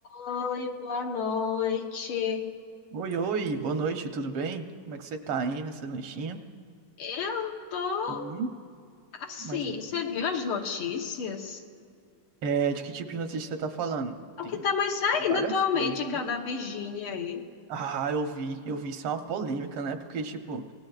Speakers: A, on the left; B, on the right.
A: Oi, boa noite.
B: Oi, oi, boa noite, tudo bem? Como é que você tá aí nessa noitinha?
A: Eu tô
B: E
A: assim,
B: mais um.
A: você viu as notícias?
B: É, de que tipo de notícia você tá falando?
A: O
B: Tem
A: que tá
B: tem
A: mais saindo
B: várias
A: atualmente
B: coisas,
A: é
B: né?
A: que é o da Virgínia aí.
B: Ah, eu vi, eu vi, isso é uma polêmica, né? Porque, tipo,